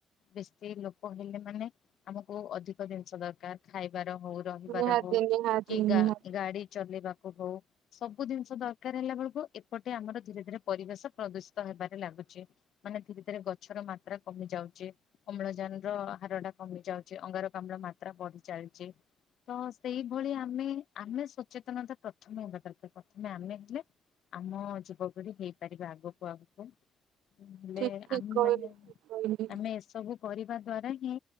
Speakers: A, on the left; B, on the right.
A: ବେଶୀ ଲୋକ ହେଲେ ମାନେ ଆମକୁ ଅଧିକ ଜିନିଷ ଦରକାର। ଖାଇବାର ହଉ, ରହିବାର
B: ନିହାତି
A: ହଉ,
B: ନିହାତି
A: କି ଗା-
B: ନିହାତି
A: ଗାଡି ଚଲେଇବାକୁ ହଉ ସବୁ ଜିନିଷ ଦରକାର ହେଲା ବେଳକୁ ଏ ଏପଟେ ଆମର ଧୀରେ ଧୀରେ ପରିବେଶ ପ୍ରଦୂଷିତ ହେବାରେ ଲାଗୁଛି ମାନେ ଧୀରେ ଧୀରେ ଗଛର ମାତ୍ରା କମି ଯାଉ ଚି ଅମ୍ଳଜାନର ହାରଟା କମି ଯାଉଛି ଅଙ୍ଗାରକାମ୍ଳ ମାତ୍ରା ବଢି ଚାଲିଛି। ତ ସେଇଭଳି ଆମେ ଆମେ ସଚେତନତା ପ୍ରଥମେ ହେବା ଦରକାର ପ୍ରଥମେ ଆମେ ହେଲେ ଆମ ଯୁବପିଢି ହେଇପାରିବ ଆଗକୁ ଆଗକୁ। ହେଲେ
B: ଠିକ ଠିକ
A: ଆମେ
B: କହିଲେ
A: ମାନେ
B: ଠିକ କହିଲେ
A: ଆମେ ଏସବୁ କରିବା ଦ୍ୱାରା ହିଁ